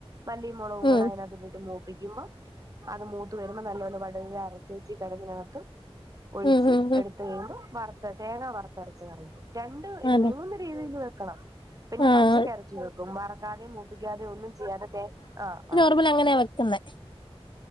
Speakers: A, on the right; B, on the left.
A: മല്ലിം, മുളകും.
B: ഉം
A: കൂടെ അതിനകത്തിട്ട് മൂപ്പിക്കുമ്പോ അത് മൂത്ത് വരുമ്പോ നല്ലൊണ്ണം വടവില് അരച്ച് വെച്ച് കടകിനകത്ത്. ഒഴിച്ച്
B: ഉം ഉം ഉം
A: എടുത്ത് കഴിയുമ്പോ വറുത്ത തേങ്ങ വറുത്തരച്ച്കറിയോ രണ്ട്
B: അതെ
A: മൂന്ന് രീതിൽ വെക്കണം പിന്നെ
B: ആഹ്
A: പച്ചക്ക് അരച്ച് വകണം. കുബറക്കാതെയും മൂപ്പിക്കാതെയും ഒന്നും ചെയ്യാതെ തെ ആ ആ
B: നമളള് അങ്ങനെ വെ ക്ക്ന്നേ